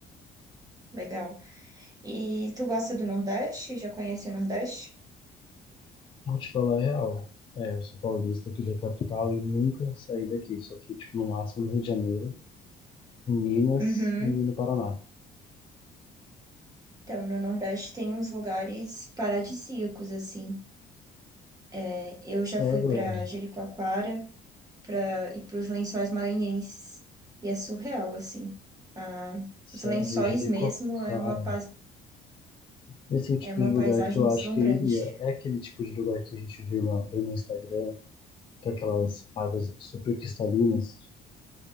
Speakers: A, on the right; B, on the left.
A: Legal. E tu gosta do Nordeste? Já conhece o Nordeste?
B: Vou te falar a real, é, eu sou paulista aqui da capital e nunca saí daqui, só fui, tipo, no máximo no Rio de Janeiro, em Minas
A: Uhum.
B: e no Paraná.
A: Então, no Nordeste tem uns lugares paradisíacos, assim. É, Eu
B: Sério,
A: já fui para
B: Ellen,
A: Jericoacoara, para ir para os Lençóis Maranhenses. E é surreal, assim. Ah,
B: sério,
A: os Lençóis
B: eu diria
A: mesmo
B: com a
A: é
B: cara.
A: uma, pais-
B: Esse é o tipo
A: é uma
B: de lugar
A: paisagem
B: que eu acho
A: deslumbrante.
B: que eu iria. É aquele tipo de lugar que a gente vê na, bem no Instagram, com aquelas águas super cristalinas.